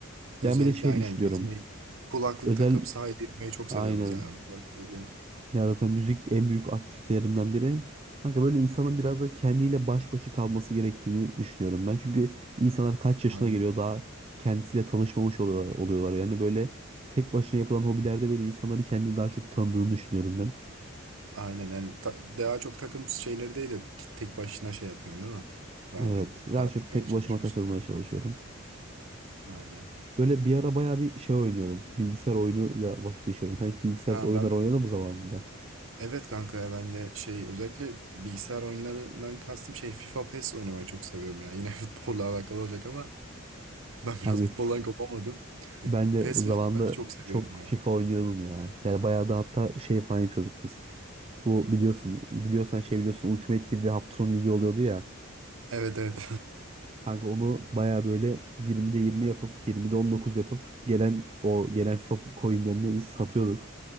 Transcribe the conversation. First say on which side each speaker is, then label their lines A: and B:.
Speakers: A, on the right; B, on the right.
A: özellikle
B: Ben bir de şey
A: aynen
B: düşünüyorum.
A: gezmeyi kulaklık
B: Özel
A: takıp sahile gitmeyi çok
B: aynen
A: seviyorum mesela. Kulaklık takıyorum.
B: ya zaten müzik en büyük aktivitelerimden biri. Kanka böyle insanın
A: Aynen.
B: biraz da kendiyle baş başa kalması gerektiğini düşünüyorum ben. Çünkü insanlar kaç yaşına
A: Aynen.
B: geliyor daha kendisiyle tanışmamış oluyorlar, oluyorlar. Yani böyle tek başına yapılan hobilerde böyle insanları kendini daha çok tanıdığını düşünüyorum ben.
A: Aynen yani ta- daha çok takım şeyleri değil de ki- tek başına şey yapıyorsun değil mi? Rahat,
B: Evet, daha
A: rahatlamaya
B: çok tek
A: çalışıyorsun.
B: başıma takılmaya çalışıyorum.
A: Aynen.
B: Böyle bir ara bayağı bir şey oynuyordum. Bilgisayar oyunuyla vakit geçiriyorum. Sen hiç bilgisayar
A: Ha
B: oyunları
A: ben
B: oynadın mı zamanında?
A: evet kanka ya ben de şey özellikle bilgisayar oyunlarından kastım şey FIFA PES oynamayı çok seviyorum ya. Yine <laughs> futbolla alakalı olacak ama <laughs> ben
B: Hani
A: biraz futboldan
B: f-
A: kopamadım.
B: ben de
A: PES
B: zamanında
A: ve FIFA'yı çok seviyorum
B: çok
A: ya.
B: FIFA oynuyordum ya. Yani bayağı da hatta şey falan yapıyorduk biz. Bu biliyorsun biliyorsan şey biliyorsun Ultimate Team'de hafta sonu ligi oluyordu ya.
A: Evet evet.
B: Kanka onu baya böyle 20'de 20 yapıp 20'de 19 yapıp gelen o gelen FIFA coinlerini biz satıyorduk.